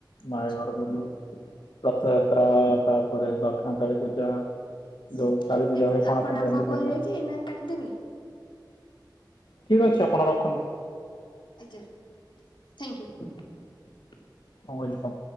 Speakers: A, on the left; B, on the left.
A: ନୟାଗଡ
B: ଆଚ୍ଛା
A: ବୁଲୁ। ରଥଯାତ୍ରା ତାପରେ ଦକ୍ଷିଣ କାଳୀ ପୂଜା
B: ହଉ।
A: ଯଉ କାଳୀ ପୂଜା
B: ଏବେ
A: ହୁଏ, ପଣା
B: ଆପଣ
A: ସଂକ୍ରାନ୍ତି
B: ଆଉ କଣ
A: ପର୍ଯ୍ୟନ୍ତ
B: କହିବେ କି ନା କାଟିଦେବି
A: ଠିକ ଅଛି, ଆପଣ ରଖନ୍ତୁ।
B: ଆଜ୍ଞା, ଥ୍ୟାଙ୍କ ୟୁ
A: ୱେଲକମ୍।